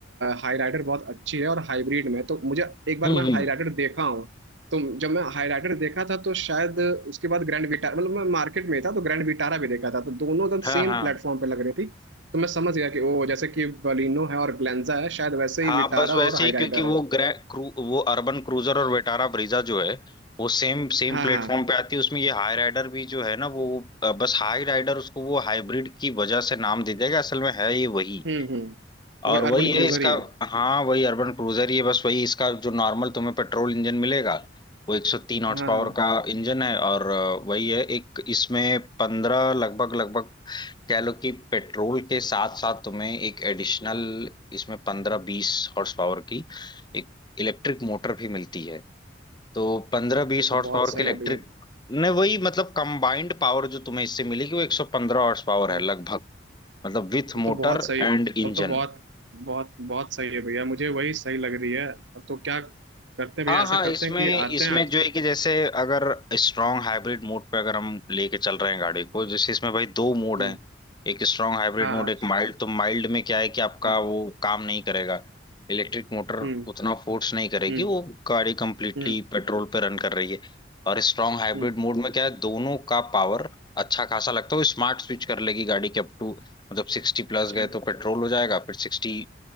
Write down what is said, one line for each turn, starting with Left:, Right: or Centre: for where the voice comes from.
Right: हाई राइडर बहुत अच्छी है और हाइब्रिड में तो मुझे एक बार
Left: हम्म
Right: मैं
Left: हम्म।
Right: हाई राइडर देखा हूँ तो जब मैं हाई राइडर देखा था तो शायद उसके बाद ग्रैंड विटारा मतलब मैं मार्केट में था तो ग्रैंड विटारा भी देखा था तो दोनों एकदम
Left: <clears throat> हाँ
Right: सेम
Left: हाँ
Right: प्लेटफॉर्म पे लग रही थी तो मैं समझ गया कि ओ जैसे कि बलिनो है और ग्लेंजा है शायद वैसे ही
Left: हाँ
Right: विटारा
Left: बस वैसे
Right: और हाई
Left: ही क्योंकि
Right: राइडर
Left: वो
Right: है
Left: ग्रे क्रू वो अर्बन क्रूजर और वेटारा ब्रीजा जो है वो सेम सेम
Right: हाँ
Left: प्लेटफॉर्म
Right: हाँ
Left: पे आती है उसमें ये हाई राइडर भी जो है ना वो अ, बस हाई राइडर उसको वो हाइब्रिड की वजह से नाम दे देगा असल में है ये वही
Right: हम्म हम्म
Left: और
Right: वो
Left: वही
Right: अर्बन
Left: है
Right: क्रूजर
Left: इसका
Right: ही है
Left: हाँ वही अर्बन क्रूजर ही है बस वही इसका जो नॉर्मल तुम्हें पेट्रोल इंजन मिलेगा वो 103 हॉर्स
Right: हाँ
Left: पावर
Right: हाँ
Left: का इंजन है और अ, वही है एक इसमें पंद्रह लगभग लगभग कह लो कि पेट्रोल के साथ साथ तुम्हें एक एडिशनल इसमें पंद्रह बीस हॉर्स पावर की एक इलेक्ट्रिक मोटर भी मिलती है तो पंद्रह बीस
Right: तो, तो
Left: हॉर्स
Right: बहुत
Left: पावर
Right: सही
Left: के इलेक्ट्रिक
Right: है भैया
Left: ने वही मतलब कंबाइंड पावर जो तुम्हें इससे मिलेगी वो एक सौ पंद्रह हॉर्स पावर
Right: हाँ।
Left: है लगभग मतलब विथ
Right: तब
Left: मोटर
Right: तो बहुत सही
Left: एंड
Right: है
Left: इंजन
Right: तब तो बहुत बहुत बहुत सही है भैया मुझे वही सही लग रही है अब तो क्या करते हैं भैया
Left: हाँ
Right: ऐसा
Left: हाँ
Right: करते
Left: इसमें
Right: हैं कि आते
Left: इसमें
Right: हैं आज
Left: जो है कि जैसे अगर स्ट्रांग हाइब्रिड मोड पे अगर हम लेके चल रहे हैं गाड़ी को जैसे इसमें भाई दो मोड
Right: हम्म
Left: हैं एक स्ट्रांग हाइब्रिड
Right: हाँ
Left: मोड
Right: हाँ
Left: एक माइल्ड तो माइल्ड में क्या है कि आपका
Right: हाँ
Left: वो काम नहीं करेगा इलेक्ट्रिक मोटर
Right: हम्म
Left: उतना फोर्स नहीं करेगी
Right: हम्म
Left: वो गाड़ी कंप्लीटली
Right: हम्म
Left: पेट्रोल पे रन कर रही है और स्ट्रांग हाइब्रिड
Right: हम्म
Left: मोड में क्या है दोनों का पावर अच्छा खासा लगता है वो स्मार्ट स्विच कर लेगी गाड़ी के अप टू मतलब सिक्सटी प्लस
Right: अच्छा
Left: गए तो पेट्रोल हो जाएगा फिर सिक्सटी